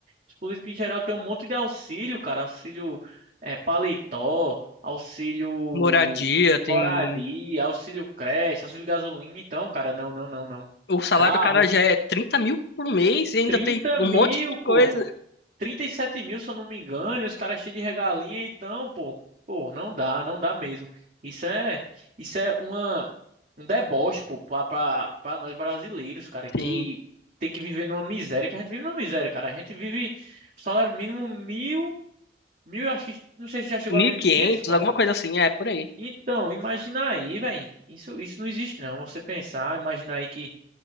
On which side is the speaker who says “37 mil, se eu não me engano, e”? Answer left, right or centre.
Right